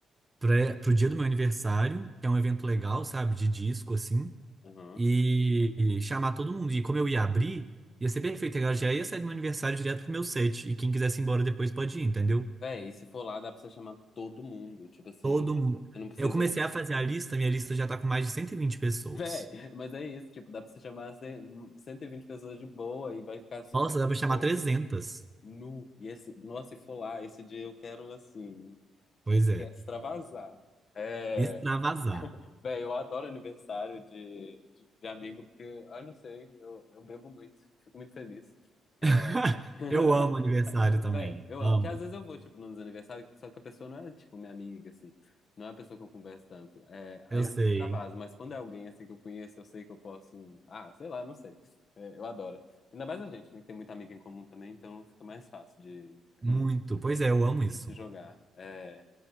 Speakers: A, on the right; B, on the left.
A: pra, pro dia do meu aniversário, que é um evento legal, sabe, de disco, assim,
B: Aham.
A: e, e chamar todo mundo. E como eu ia abrir, ia ser perfeito. Eu já ia sair do meu aniversário direto pro meu set. E quem quisesse ir embora depois pode ir, entendeu?
B: Véi, e se for lá, dá pra você chamar todo mundo. Tipo assim,
A: Todo mundo.
B: você não precisa.
A: Eu comecei
B: <laughs>
A: a fazer a lista, minha lista já tá com mais de 120 pessoas.
B: Véi, mas é isso, tipo, dá pra você chamar cem- 120 pessoas de boa e vai ficar super
A: Nossa, dá
B: de
A: pra chamar
B: boa.
A: trezentas
B: Nu. E esse, nossa, se for lá, esse dia eu quero assim.
A: Pois
B: Eu
A: é,
B: quero extravasar. É,
A: extravasar.
B: véi, eu adoro aniversário de, de, de amigo, porque, ah, eu não sei, eu, eu bebo muito, fico muito feliz. É,
A: <laughs>
B: <laughs>
A: Eu amo aniversário também,
B: Véi, eu
A: amo.
B: amo, porque às vezes eu vou, tipo, nos aniversários, só que a pessoa não é, tipo, minha amiga, assim, não é a pessoa que eu converso tanto, é, aí
A: Eu
B: eu
A: sei,
B: não extravaso, mas quando é alguém, assim, que eu conheço, eu sei que eu posso, ah, sei lá, não sei, É, eu adoro, ainda mais a gente, né, que tem muita amiga em comum também, então fica mais fácil de,
A: muito.
B: hum,
A: Pois é, eu amo isso.
B: de se jogar, É,